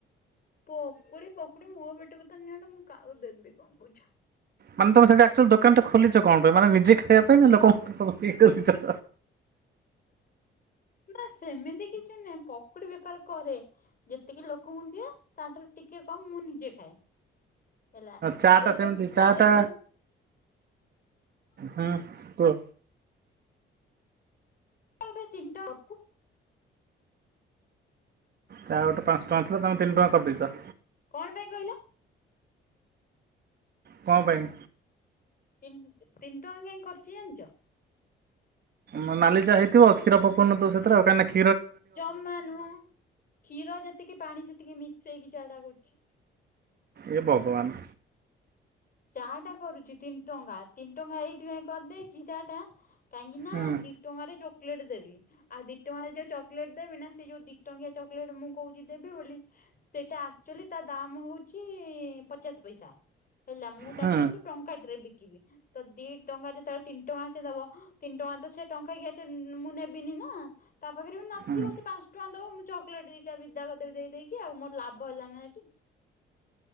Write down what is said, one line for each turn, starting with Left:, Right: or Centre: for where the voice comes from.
Left: ପକୁଡି ପକୁଡି ମୋ ପେଟକୁ ତ ନିଅଟ ମୁଁ କାକୁ ଦେବି କଣ କରୁଛ।
Right: ମାନେ ତମେ ସେଟା ଏକ୍ଟିଆଲୀ ଦୋକାନ ଟା ଖୋଲିଛ କଣ ପାଇଁ ମାନେ ନିଜେ ଖାଇବା ପାଇଁ ନା ଲୋକ <unintelligible> ଖୋଲିଚ।
Left: ନାଁ ସେମିତି କିଛି ନୁହଁ ପକୁଡି ବେପାର କରେ। ଯେତିକି ଲୋକଙ୍କୁ ଦିଏ ତାଠାରୁ ଟିକେ କମ୍ ମୁଁ ନିଜେ ଖାଏ। ହେଲା
Right: ଚା
Left: ଆଉ
Right: ଟା
Left: ଏବେ
Right: ସେମିତି ଚା
Left: ଜାଏ
Right: ଟା
Left: ଖାରେ
Right: ହୁଁ କୁଅ।
Left: ଆଉ ଏବେ ତିନିଟା ଅବ୍ କୁ
Right: ଚା ଗୋଟା ପାଞ୍ଚ ଟଙ୍କ ଥିଲା ତମେ ତିନିଟଙ୍କା କରି ଦେଇଚ।
Left: କଣ ପାଇଁ କହିଲ?
Right: କଣ ପାଇଁ?
Left: ତିନ୍ ତିନି ଟଙ୍କା କାଇଁ କରିଚି ଜାଣିଚ?
Right: ମ ନାଲି ଚା ହେଇଥିବ କ୍ଷୀର ପକଉ ନଥିବ ସେଥିରେ କାଁଇ ନାଁ ଖି
Left: ଜମା ନୁହଁ କ୍ଷୀର ଯେତିକି ପାଣି ସେତିକି ମିଶେଇକି ଚା ଟା କରୁଛି।
Right: ଏ ବଗବାନ୍।
Left: ଚା ଟା କରୁଛି ତିନି ଟଙ୍କା ତିନି ଟଙ୍କା ଏଇଥିପାଇଁ କରିଦେଇଚି ଚା ଟା କାହିଁକି ନାଁ
Right: ହୁଁ
Left: ଦି ଦିଟଙ୍କା ରେ ଚକଲେଟ୍ ଦେବି। ଆଉ ଦି ଟଙ୍କାରେ ଯୋଉ ଚକଲେଟ୍ ଦେବି ନା ସେ ଯୋଉ ଦିଟଙ୍କିଆ ଚକଲେଟ୍ ମୁଁ କହୁଛିି ଦେବି ବୋଲି ସେଟା ଆକ୍ଚୁଆଲି ତା ଦାମ୍ ହଉଛି ପଚାଶ ପଇସା। ହେଲା ମୁଁ ତାକୁ
Right: ହୁଁ
Left: କିନ୍ତୁ ଟଙ୍କା ଟେରେ ବିକିବି। ତ ଦି ଟଙ୍କା ଯେତେବେଳେ ତିନି ଟଙ୍କା ସେ ଦବ ତିନି ଟଙ୍କା ତ ସେ ଟଙ୍କା କିଆ ଚ ମୁଁ ନେବିନି ନା। ତା ପାଖରେ ବି ନଥିବ
Right: ହୁଁ
Left: ସେ ପାଞ୍ଚ ଟଙ୍କା ଦବ ମୁଁ ଚକଲେଟ୍ ଦିଟା ବିଦା କରିଦବି ଦେଇ ଦେଇକି ଆଉ ମୋର ଲାଭ ହେଲା ନା ହେଟି।